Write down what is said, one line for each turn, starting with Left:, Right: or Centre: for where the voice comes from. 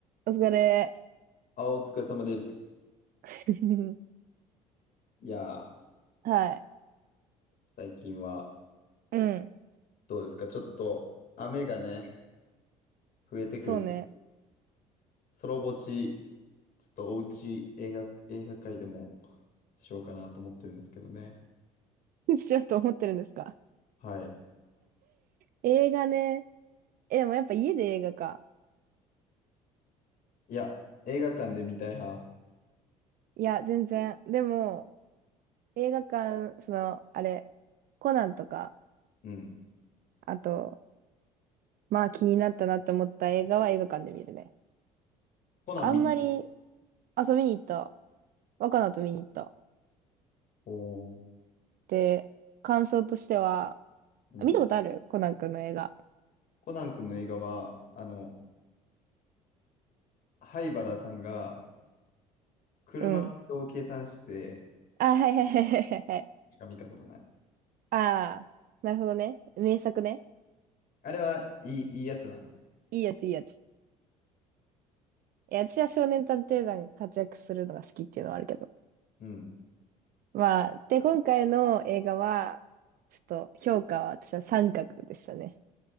Right: お疲れ。
Left: あ、お疲れ様です。
Right: <laughs>
Left: いやー、
Right: はい。
Left: 最近は
Right: うん。
Left: どうですかちょっと雨がね、増えてくる。
Right: そうね。
Left: ソロぼち、ちょっとおうち映画、映画界でもしようかなと思ってるんですけどね。
Right: <laughs> しようと思ってるんですか
Left: はい。
Right: 映画ね。え、でもやっぱ家で映画か。
Left: いや、映画館で見たい派。
Right: いや、全然。でも、映画館、その、あれ、コナンとか、
Left: うん。
Right: あと、まあ気になったなと思った映画は映画館で見るね。
Left: コナン見、
Right: あんまり、あ、そう見に行った。若菜と見に行った。
Left: おー、
Right: で、感想としては、
Left: うん。
Right: あ見たことあるコナン君の映画。
Left: コナン君の映画は、あの、灰原さんが車の移動を計算して、
Right: うん。あ、はいはいはいはいはいはい。
Left: しか見たことない。
Right: ああ、なるほどね。名作ね。
Left: あれはいい、いいやつなん。
Right: いいやつ、いいやつ。いや、私は少年探偵団が活躍するのが好きっていうのはあるけど。
Left: うん。
Right: まあ、で、今回の映画は、ちょっと評価は私は三角でしたね。